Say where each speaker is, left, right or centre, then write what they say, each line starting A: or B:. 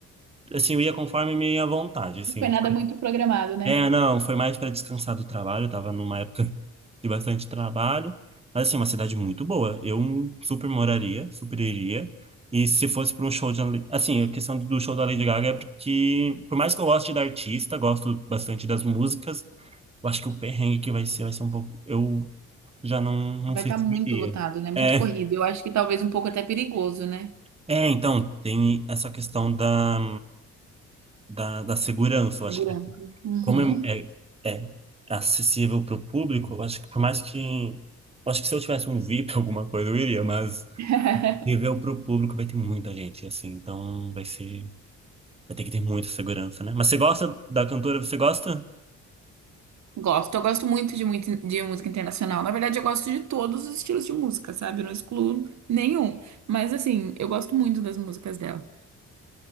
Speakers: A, on the right; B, on the right.
A: assim, eu ia conforme minha vontade, assim.
B: Não foi nada
A: sabe?
B: muito programado, né?
A: É, não, foi mais para descansar do trabalho, eu tava numa época <laughs> de bastante trabalho. Mas, assim, uma cidade muito boa. Eu super moraria, super iria. E se fosse para um show de... Assim, a questão do show da Lady Gaga é porque, por mais que eu goste da artista, gosto bastante das músicas, eu acho que o perrengue que vai ser, vai ser um pouco. Eu já não, não
B: Vai
A: sei
B: estar
A: se
B: muito
A: iria
B: lotado, né? Muito
A: É,
B: corrido. Eu acho que talvez um pouco até perigoso, né?
A: é, então, tem essa questão da, da, da segurança. Eu
B: Segurança.
A: acho que,
B: Uhum.
A: como é, é é acessível para o público, eu acho que, por mais que. Eu acho que se eu tivesse um VIP, <laughs> alguma coisa, eu iria, mas
B: <laughs>
A: nível para o público vai ter muita gente, assim, então vai ser. Vai ter que ter muita segurança, né? Mas você gosta da cantora? Você gosta?
B: Gosto. Eu gosto muito de, muito de música internacional. Na verdade, eu gosto de todos os estilos de música, sabe? Eu não excluo nenhum. Mas, assim, eu gosto muito das músicas dela.